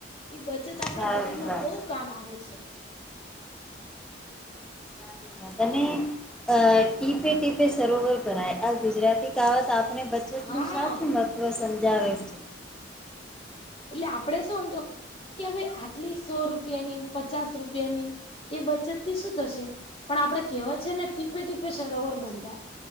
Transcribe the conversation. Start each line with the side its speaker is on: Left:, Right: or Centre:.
Left: એ બચત આપણા
Centre: સારી
Left: <unintelligible> રીરમાં
Centre: વાત
Left: બહુ કામ આવે છે
Centre: સારી તને અ ટીપે ટીપે સરોવર ભરાય આ ગુજરાતી કહાવત આપને બ જેટલું
Left: હા
Centre: સાચું મહત્ત્વ સમજાવે છે
Left: એટલે આપડે શું હમજો કે હવે આટલી સો રૂપિયાની પચાસ રૂપિયાની ન એ બચત થી શું થશે પણ આપડે કહેવત છે ને ટીપે ટીપે સરોવર બંધાય